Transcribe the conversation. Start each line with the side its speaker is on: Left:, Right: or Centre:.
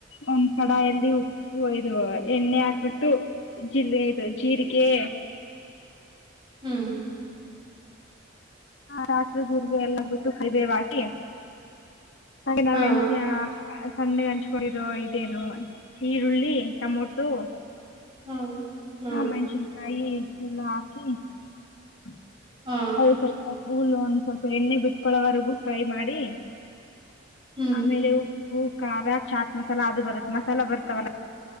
Left: ಒಂದ್ ಕಡಾಯಲ್ಲಿ ಉಪ್ಪು ಇದು ಎಣ್ಣೆ ಹಾಕ್ಬಿಟ್ಟು ಜ ಇದು ಜೀರಿಗೆ,
Right: ಹ್ಮ್
Left: ಹಾ ಸಿವೆ ಜೀರಿಗೆ ಎಲ್ಲ ಬಿಟ್ಟು ಕಬೇ ಹಾಕಿ ಹಾಗೆ ನಾವ
Right: ಹಾ
Left: ಎಣಟ ಸಂಡ್ಣಗ್ ಹಂಚ್ಕೊಂಡಿರೋ ಇದೇನು ಈರುಳ್ಳಿ ಟಮೊಟೊ
Right: ಹ್ಮ್ ಹ್ಮ್
Left: ಹಾ ಮೆಣಸಿನ್ಕಾಯಿ ಎಲ್ಲ ಹಾಕಿ <unintelligible>
Right: ಹಾ
Left: ಸ್ವಲ್ಪ ಎಣ್ಣೆ ಬಿಟ್ಕೊಳವರೆಗು ಫ್ರೈ ಮಾಡಿ
Right: ಹ್ಮ್
Left: ಆಮೇಲೆ ಉಪ್ಪು ಖಾರ ಚಾಟ್ ಮಸಾಲ ಅದು ಬರುತ್ತೆ ಮಸಾಲ ಬರ್ತಾವಲ್ಲ